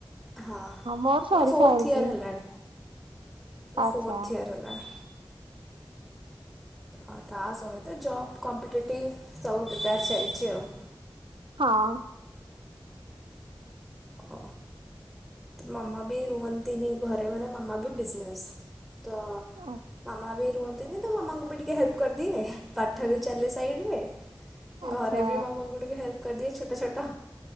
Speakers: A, in the centre; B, on the right (about 80°).
A: ହଁ
B: ମୋର ସରି
A: ଏଇ ଫୋର୍ଥ
B: ସାରିଛି
A: ଇୟର ହେଲାଣି। ତୋର
B: ଆଚ୍ଛା
A: ଫୋର୍ଥ ଇୟର ହେଲାଣି? ଆ ତା ସହିତ ଜବ୍ କମ୍ପିଟେଟିଭ୍ ସବୁ ପ୍ରିପେୟାର ଚାଲିଚି ଆଉ।
B: ହଁ।
A: ଓହୋ ମାମା ବି ରୁହନ୍ତିନି ଘରେ ମାନେ ମାମା ବି ବିଜନେସ୍ ତ
B: ଆ-
A: ମାମା ବି ରୁହ ନ୍ତିନି ତ ମାମାଙ୍କୁ ବି ଟିକେ ହେଲ୍ପ କରିଦିଏ ପାଠ ବି ଚାଲେ ସାଇଡରେ
B: ଆଚ୍ଛା।
A: ଘରେ ବି ମାମାଙ୍କୁ ଟିକେ ହେଲ୍ପ କରିଦିଏ ଛୋଟ ଛୋଟ।